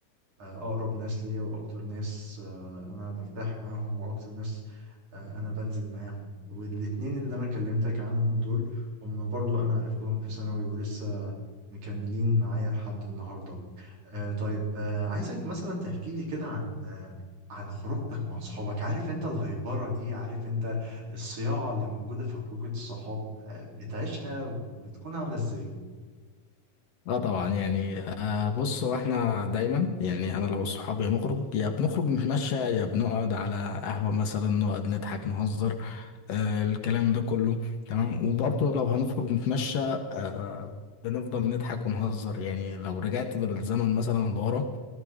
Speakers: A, on the right (about 85°); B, on the left (about 65°).
A: آه، أقرب ناس ليا وأكتر ناس آه، أنا برتاح معاهم وأكتر ناس آه، أنا بنزل معاهم والاتنين اللي أنا كلمتك عنهم دول هم برضو أنا عرفتهم في ثانوي ولسه مكملين معايا لحد النهاردة آه، طيب آه، عايزك مثلا تحكي لي كده عن آه، عن خروجتك مع صحابك عارف انت الهيبرة دي عارف انت الصياعة اللي موجودة في خروجة الصحاب آه، بتعيشها وبتكون عاملة ازاي
B: اه طبعا يعني آه بص هو احنا دايما يعني انا لو صحابي نخرج يا بنخرج نتمشى يا بنقعد على قهوة مثلا نقعد نضحك نهزر آه الكلام ده كله تمام وبرضه لو هنخرج نتمشى آه بنفضل نضحك ونهزر يعني لو رجعت بالزمن مثلا لورا